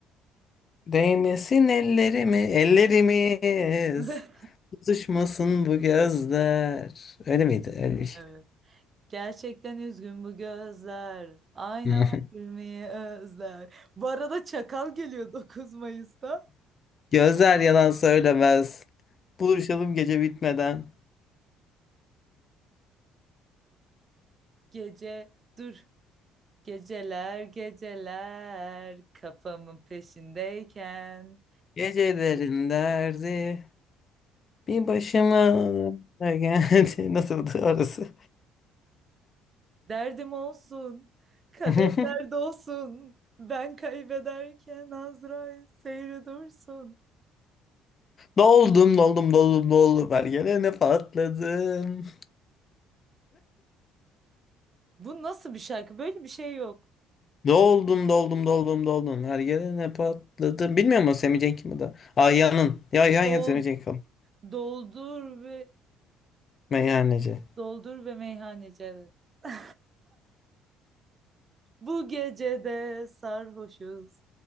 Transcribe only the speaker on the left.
Değmesin ellerimi, ellerimiz.
Tutuşmasın bu gözler. Öyle miydi? Öyle bir şey.
<laughs>
Gözler yalan söylemez. Buluşalım gece bitmeden.
Gecelerin derdi. Bir başıma da geldi. <laughs> Nasıldı orası?
<laughs>
Doldum doldum doldum doldum her gelene patladım.
Doldum doldum doldum doldum her gelene patladım. Bilmiyor musun Semih Cenk'i mi da? Ayyan'ın. Ya Ayyan
ya Semih Cenk
Meyhaneci.